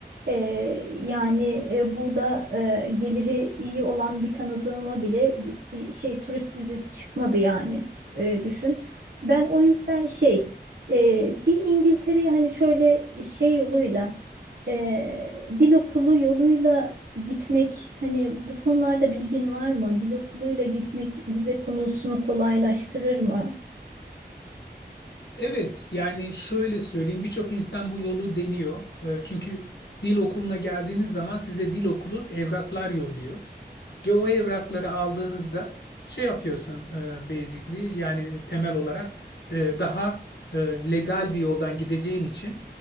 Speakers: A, on the right (about 65°); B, on the left (about 75°).
A: Ee, yani e, burada e, geliri iyi olan bir tanıdığıma bile bi- bir şey turist vizesi çıkmadı yani Ee, düşün. Ben o yüzden şey e, bir İngiltere'ye hani şöyle şey yoluyla e, dil okulu yoluyla gitmek hani bu konularda bilgin var mı? Dil okuluyla gitmek vize konusunu kolaylaştırır mı?
B: Evet, yani şöyle söyleyeyim birçok insan bu yolu deniyor. E, çünkü dil okuluna geldiğiniz zaman size dil okulu evraklar yolluyor. Ve o evrakları aldığınızda şey yapıyorsun e, basically yani temel olarak e, daha e, legal bir yoldan gideceğin için